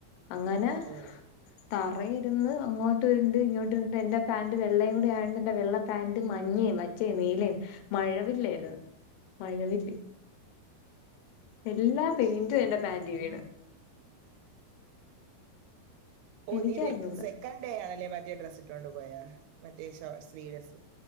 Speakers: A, on the left (about 85°); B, on the right (about 85°).
A: അങ്ങനെ
B: ഓ ഓ
A: തറയിരുന്ന് അങ്ങോട്ടും ഇരുണ്ട് ഇങ്ങോട്ട ഇരുണ്ട് എന്റെ പാന്റ് വെള്ളയും കൂടി ആണ്ട് എന്റെ വെള്ള പാന്റ് മഞ്ഞേ പച്ചേം നീലേം മഴവില്ലായിരുന്നു മഴവില്ല് എല്ലാ പെയിന്റും
B: ഓ
A: എന്റെ പാന്റി വീണ് എനിക്കറിഞ്ഞൂടാ
B: നീ രക് സെ കണ്ടയാണല്ലേ മറ്റേ ഡ്രസ്സ് ഇട്ടൊണ്ട് പോയാ മറ്റേ ഷൊ സ്ലീവ് ലസ്സ്